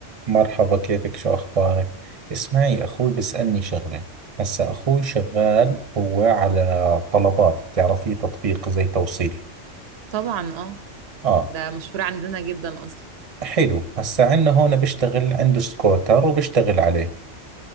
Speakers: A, on the right; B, on the right.
A: مرحبا كيفك شو أخبارك؟ اسمعي أخوي بيسألني شغلة هسا أخوي شغال هو على طلبات بتعرفيه تطبيق زي توصيل
B: طبعا اه
A: آه
B: ده مشهور عندنا جدا اصلا
A: حلو هسا عندنا هون بيشتغل عنده سكوتر وبيشتغل عليه